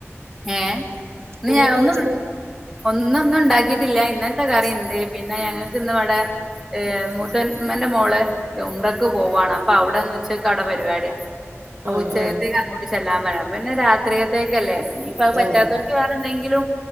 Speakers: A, in the centre; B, on the right.
A: ഏഹ
B: നിങ്ങളെന്താ
A: നീ ഒന്നും
B: ഉച്ചക്ക്
A: ഒന്നൊന്നും ഉണ്ടാക്കിയിട്ടില്ല ഇന്നലത്തെ കറിയുണ്ട് പിന്നെ ഞങ്ങൾക്കിന്ന ഇവിടെ ഏ മുതാൻമന്റെ മോള ഉമ്ര ക്ക് പോവാണ് അപ്പൊ അവിടെന്ന് ഉച്ചക്ക് അവിടെ പരിപാടിയാ അപ്പൊ
B: ആഹ്
A: ഉച്ചകത്തേക്ക്
B: ആഹ്
A: അങ്ങോട്ട് ചെല്ലാൻ പറയ പിന്നെ രാത്രിയത്തേക്കല്ലേ ഇന്നനിയിപ്പ അഹ് പറ്റാത്തൊ
B: ആഹ്
A: വേറെന്തേങ്കിലും